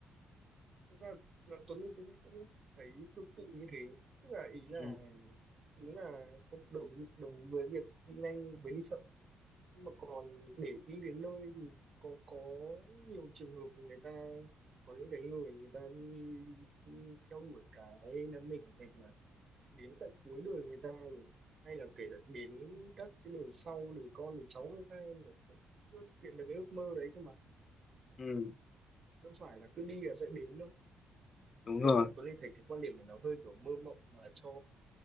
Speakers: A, on the right; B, on the left.
A: thật ra là Tuấn Linh cũng cũng thấy tương tự như thế tức là ý là
B: ừ.
A: đúng là không đồng ý- đồng ý với việc đi nhanh với đi chậm nhưng mà còn để đi đến nơi thì có có nhiều trường hợp người ta có những cái người người ta đi, đi theo đuổi cái đam mê của mình mà đến tận cuối đời người ta hay là kể cả đến các cái đời sau đời con đời cháu người ta mà cũng chưa thực hiện được cái ước mơ đấy cơ mà
B: Ừ,
A: đâu phải là cứ đi là sẽ đến đâu
B: đúng
A: nó kiểu
B: rồi
A: tôi lên thấy cái quan điểm này nó hơi kiểu mơ mộng mà cho